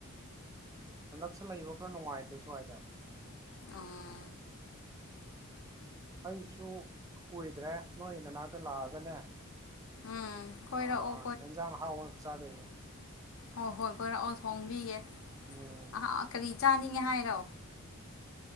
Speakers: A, on the right; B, on the left.
A: ꯍꯟꯗꯛꯁꯦ ꯂꯩꯕ ꯈꯔꯥ ꯅꯨꯡꯉꯥꯢꯇꯦ ꯁ꯭ꯋꯥꯢꯗ
B: ꯑ
A: ꯑꯩꯁꯨ ꯀꯨꯢꯗ꯭ꯔꯦ ꯅꯣꯢ ꯅꯅꯥꯛꯇ ꯂꯥꯛꯑꯒꯅꯦ
B: ꯎꯝ ꯀꯣꯏꯔꯛꯑꯣ
A: ꯑ ꯍꯦꯟꯖꯥꯡ ꯑꯍꯥꯥꯎꯕ ꯆꯥꯗꯨꯢꯅꯤ
B: ꯍꯣꯢ ꯍꯣꯢ ꯀꯣꯢꯔꯛꯑꯣ ꯊꯣꯡꯕꯤꯒꯦ
A: ꯎꯝ
B: ꯑꯥꯑ ꯀꯔꯤ ꯆꯥꯅꯤꯡꯉꯦ ꯍꯥꯢꯔꯣ